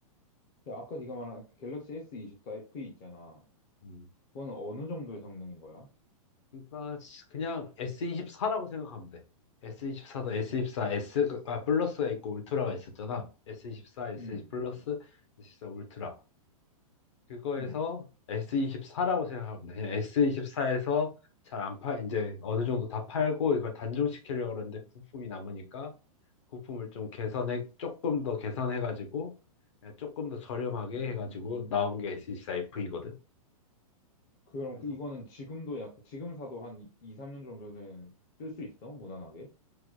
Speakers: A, on the left; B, on the left.
A: 야, 아까 네가 말한 그 갤럭시 S24 FE 있잖아.
B: 음.
A: 그거는 어느 정도의 성능인 거야?
B: 그러니까 그냥 S24라고 생각하면 돼. S24도 S24, S, 아, 플러스가 있고 울트라가 있었잖아. S24, S24
A: 음,
B: 플러스, S24 울트라. 그거에서
A: 음,
B: S24라고 생각하면 돼. 그냥 S24에서 잘 안 팔, 이제 어느 정도 다 팔고 이걸 단종시키려고 그러는데 부품이 남으니까 부품을 좀 개선해, 조금 더 개선해가지고 그냥 조금 더 저렴하게
A: 음.
B: 해가지고 나온 게 s 2 4 v 이거든
A: 그럼
B: 그래서
A: 그- 이거는 지금도 약, 지금 사도 한 2, 3년 정도는 쓸 수 있어? 무난하게?